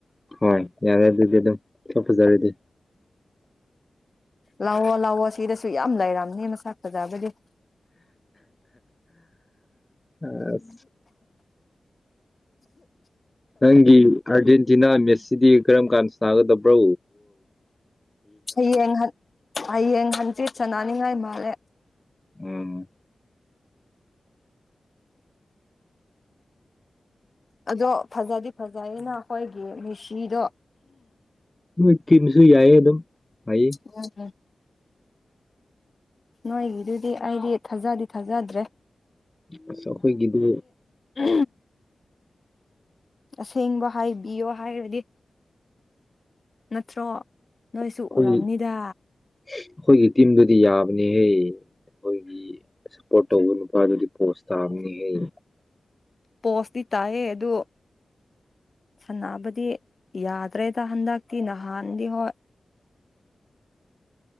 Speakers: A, on the left; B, on the left.
A: ꯍꯣꯏ ꯌꯥꯔꯦ ꯑꯗꯨꯗꯤ ꯑꯗꯨꯝ ꯐꯖꯔꯗꯤ
B: ꯂꯥꯛꯑꯣ ꯂꯥꯛꯑꯣ ꯁꯤꯗꯁꯨ ꯌꯥꯝ ꯂꯩꯔꯝꯅꯤ ꯃꯁꯛ ꯆꯗꯥꯕꯗꯤ <inaudible>
A: ꯑꯁ ꯅꯪꯒꯤ ꯑꯥꯔꯖꯦꯟꯇꯤꯅꯥ ꯃꯦꯠꯁꯁꯤꯗꯤ ꯀꯔꯝ ꯀꯥꯟꯗ ꯁꯥꯥꯟꯒꯗꯕ꯭ꯔꯣ
B: ꯍꯌꯦꯡ ꯍꯌꯦꯡ ꯍꯟꯆꯤꯠ ꯆꯅꯥꯅꯤꯡꯉꯥꯏ ꯃꯥꯜꯂꯦ
A: ꯎꯝ
B: ꯑꯗꯣ ꯐꯖꯗꯤ ꯐꯖꯌꯦꯅ ꯑꯩꯈꯣꯏꯒꯤ ꯃꯤꯁꯤꯗꯣ
A: ꯅꯣꯏ ꯊꯤꯝꯁꯨ ꯌꯥꯏꯌꯦ ꯑꯗꯨꯝ ꯍꯩ
B: ꯎ ꯍ ꯅꯣꯏꯒꯤꯗꯨꯗꯤ ꯑꯩꯗꯤ ꯊꯥꯖꯗꯤ ꯊꯥꯖꯗ꯭ꯔꯦ
A: ꯑꯁ ꯑꯩꯈꯣꯏꯒꯤꯗꯤ
B: ꯎ ꯑꯁꯦꯡꯕ ꯍꯥꯏꯕꯤꯌꯣ ꯍꯥꯏꯔꯗꯤ ꯅꯠꯇ꯭ꯔꯣ ꯅꯣꯏꯁꯨ
A: ꯑꯩꯈꯣꯏ
B: ꯎꯔꯝꯅꯤꯗ
A: ꯑꯩꯈꯣꯏꯒꯤ ꯇꯤꯝꯗꯨꯗꯤ ꯌꯥꯕꯅꯦꯍꯦ ꯑꯩꯈꯣꯏꯒꯤ ꯁꯞꯄꯣꯔꯠ ꯇꯧꯕ ꯅꯨꯄꯥꯗꯨꯗꯤ ꯄꯣꯁ ꯇꯥꯕꯅꯤ ꯍ
B: ꯄꯣꯁꯇꯤ ꯇꯥꯏꯌꯦ ꯑꯗꯨ ꯁꯥꯟꯅꯕꯗꯤ ꯌꯥꯗ꯭ꯔꯦꯗ ꯍꯟꯗꯛꯇꯤ ꯅꯍꯥꯟꯗꯤ ꯍꯣꯏ